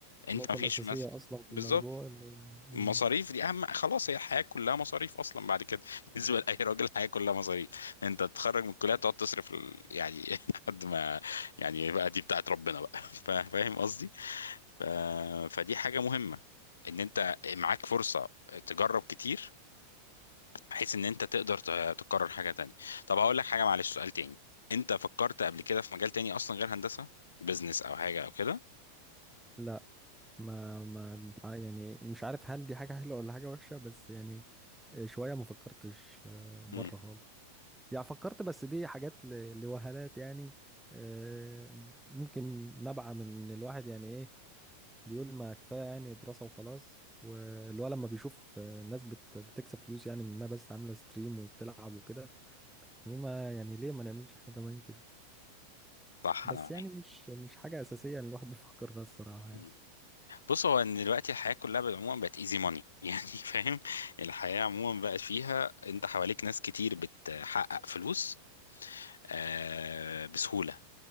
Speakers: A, on the left; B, in the centre.
A: انت
B: النقطة
A: مفيش
B: الأساسية
A: مثلا
B: أصلا في
A: بالظبط
B: الموضوع اللي هو- مم.
A: مصاريف دي اهم خلاص هي الحياة كلها مصاريف اصلا بعد كده <laughs> بالنسبة لأي راجل الحياة كلها مصاريف انت تتخرج من الكلية تقعد تصرف ال- يعني <laughs> لحد ما يعني بقى دي بتاعت ربنا بقى <laughs> فا- فاهم قصدي ف... فدي حاجة مهمة ان انت معاك فرصة تجرب كتير بحيث ان انت تقدر ت- تكرر حاجه تانية طب هقول لك حاجه معلش سؤال تاني انت فكرت قبل كده في مجال تاني اصلا غير هندسه بزنس او حاجه او كده
B: لا ما ما الح- يعني مش عارف هل دي حاجة حلوة ولا حاجة وحشة بس يعني شوية ما فكرتش بره
A: مم.
B: خالص يعني فكرت بس دي حاجات ل- لوهلات يعني آه، ممكن نبعة من إن الواحد يعني ايه بيقول ما كفاية يعني دراسة وخلاص والولد لما بيشوف آه، ناس بت بتكسب فلوس يعني من انها بس عاملة ستريم وبتلعب وكده وما يعني ليه ما نعملش احنا كمان كده
A: صح
B: بس
A: انا معاك
B: يعني مش مش حاجة أساسية إن الواحد <laughs> بيفكر فيها الصراحة يعني
A: مم. بص هو ان دلوقتي الحياه كلها بالعموم بقت ايزي ماني <laughs> يعني فاهم الحياه عموما بقت فيها انت حواليك ناس كتير بتحقق فلوس آه بسهوله